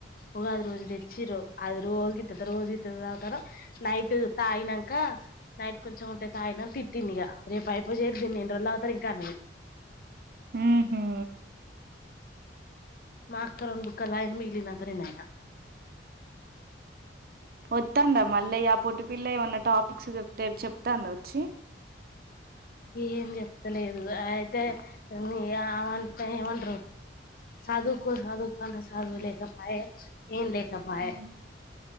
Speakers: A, on the left; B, on the right.
A: ఉగాది రోజు తెచ్చిర్రు అది రోజు గీతత రోజు గీతత తాగుతానం నైట్ తాగినక నైట్ కొంచెం ఉంటే తాగిన తిట్టింది ఇక రేపు అయిపోచేయరి ఇంకా ఎన్నిరోజులు తాగుతారు ఇంకా అ
B: ఆ హా
A: మా అక్క రెండు బుక్కలు తాగింది మిగిలిందంతా నేను తాగిన
B: వస్తాందా మళ్ళీ ఆ పొట్టి పిల్ల ఎం అయినా టాపిక్స్ చెప్తే చెప్తాందా వచ్చి
A: ఏం చెప్తలేదు అయితే ఆ ఆమ్మంటే ఏమంటరు చదువుకో చదువుకో అంటే చదువు లేకపోయే ఏం లేక పాయే
B: ఉమ్,